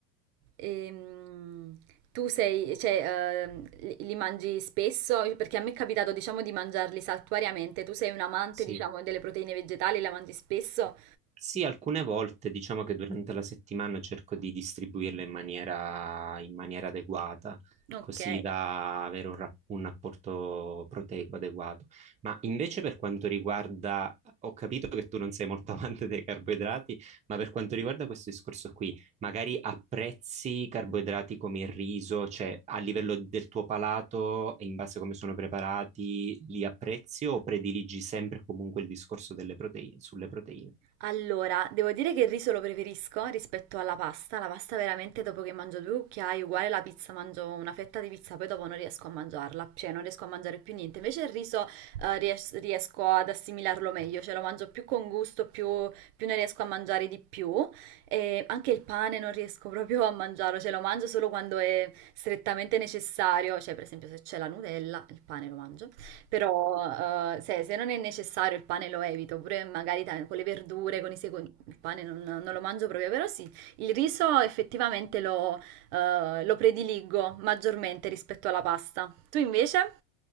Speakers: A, on the right; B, on the right.
A: Ehm, tu sei, cioè, ehm, li, li mangi spesso? Perché a me è capitato, diciamo, di mangiarli saltuariamente. Tu sei un amante,
B: Sì.
A: diciamo, delle proteine vegetali, la mangi spesso?
B: Sì, alcune volte diciamo che durante la settimana cerco di distribuirle in maniera, in maniera adeguata,
A: Ok.
B: così da avere un, ra- un apporto proteico adeguato. Ma invece per quanto riguarda, ho capito che tu non sei molto <laughs> amante dei carboidrati, ma per quanto riguarda questo discorso qui, magari apprezzi carboidrati come il riso, cioè a livello del tuo palato e in base a come sono preparati, li apprezzi o prediligi sempre comunque il discorso delle proteine, sulle proteine?
A: Allora, devo dire che il riso lo preferisco rispetto alla pasta. La pasta veramente dopo che mangio due cucchiai, uguale la pizza, mangio una fetta di pizza, poi dopo non riesco a mangiarla, cioè non riesco a mangiare più niente. Invece il riso eh, ries- riesco ad assimilarlo meglio, cioè lo mangio più con gusto, più, più ne riesco a mangiare di più. E anche il pane non riesco <laughs> proprio a mangiarlo, cioè lo mangio solo quando è strettamente necessario, cioè per esempio se c'è la Nutella, il pane lo mangio. Però eh, se, se non è necessario il pane lo evito, pure magari ta- con le verdure, con i secondi, il pane non, non lo mangio proprio, però sì, il riso effettivamente lo, eh, lo prediligo maggiormente rispetto alla pasta. Tu invece?